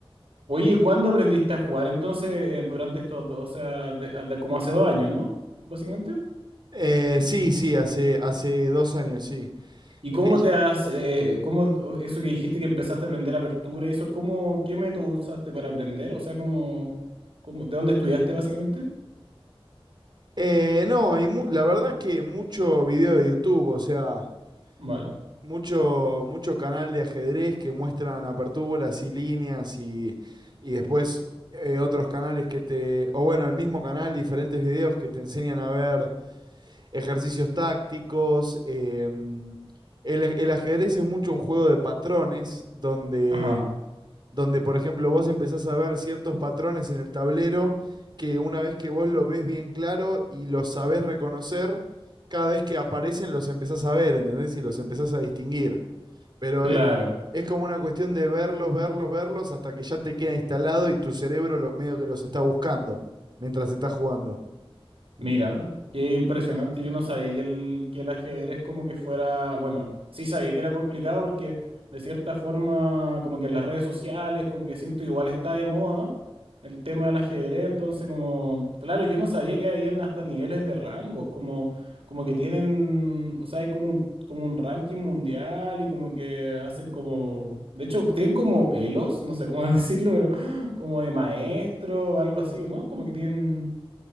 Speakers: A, on the right (about 75°); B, on the right (about 50°).
A: oye, ¿y ¿cuándo aprendiste a jugar entonces eh, durante estos dos, o sea, de- a- de- como hace dos años, ¿no? Básicamente.
B: Eh, sí, sí, hace, hace dos años, sí.
A: ¿Y cómo
B: Eh, yo-
A: te has, eh, cómo o- eso que dijiste que empezaste a aprender apertura y eso, cómo, qué método usaste para aprender? O sea, cómo, cómo, ¿de dónde estudiaste básicamente?
B: eh, no, y mu- la verdad que mucho video de YouTube, o sea,
A: Vale.
B: mucho, mucho canal de ajedrez que muestran aperturas y líneas y, y después eh, otros canales que te, o bueno, el mismo canal, diferentes videos que te enseñan a ver ejercicios tácticos. em, el, el ajedrez es mucho un juego de patrones donde,
A: ajá
B: donde, por ejemplo, vos empezás a ver ciertos patrones en el tablero que una vez que vos lo ves bien claro y los sabés reconocer, cada vez que aparecen los empezás a ver, ¿entendés? Y los empezás a distinguir. Pero
A: Claro,
B: es, es como una cuestión de verlos, verlos, verlos hasta que ya te queda instalado y tu cerebro lo- medio que los está buscando mientras estás jugando.
A: mira, qué impresionante. Yo no sabía que el, que el ajedrez como que fuera, bueno, sí sabía que era complicado porque de cierta forma como que en las redes sociales como que siento igual está de moda el tema del ajedrez, entonces como, claro, yo no sabía que habían hasta niveles de rangos, como, como que tienen, o sea, hay como un, como un ranking mundial y como que hacen como, de hecho, tienen como elos, no sé cómo <laughs> decirlo, pero como de maestro o algo así, ¿o ¿no? Como que tienen...